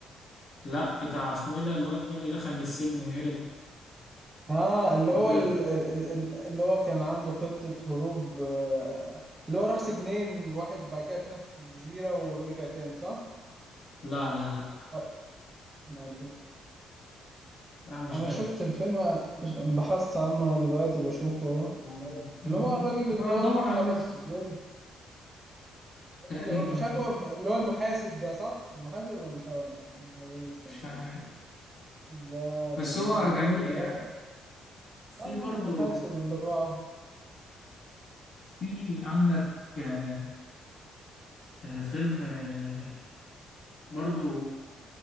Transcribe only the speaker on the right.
اه اللي
هو ال- ال- ال- اللي هو كان عنده خطة هروب آه، اللي هو راح سجنين واحد بعد كده اتنفى في الجزيرة ورجع تاني صح؟
آه، ما
انا
شفت الفيلم بحثت عنه دلوقتي بشوفه
اللي هو الراجل اللي
هو اتحبس
ظلم
اللي هو- مش عارف
هو اللي هو المحاسب ده صح المحاسب هو مش عارف- ولا ولا ايه استنى
كده ده بناء
على
رواية
اه يا
عم المحاسب اللي هو